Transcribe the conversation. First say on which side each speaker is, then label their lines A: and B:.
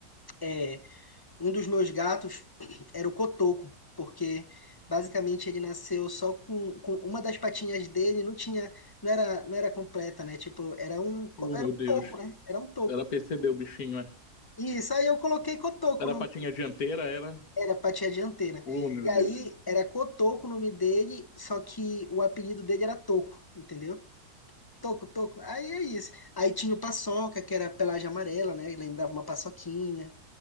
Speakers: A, on the left; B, on the left.
A: É, um dos meus gatos <clears throat> era o Cotoco, porque basicamente ele nasceu só com, com uma das patinhas dele, não tinha, não era, não era completa, né? Tipo, era um, co-
B: Oh,
A: era
B: meu
A: um
B: Deus.
A: toco, né? Era um toco.
B: Era PCD o bichinho, é.
A: Isso, aí eu coloquei Cotoco
B: Era
A: no
B: a patinha dianteira, era...
A: Era Pati a Dianteira.
B: Oh, meu
A: E aí
B: Deus.
A: era Cotoco o nome dele, só que o apelido dele era Toco, entendeu? Toco, Toco. Aí é isso. Aí tinha o Paçoca, que era pelagem amarela, né? Lembrava uma paçoquinha.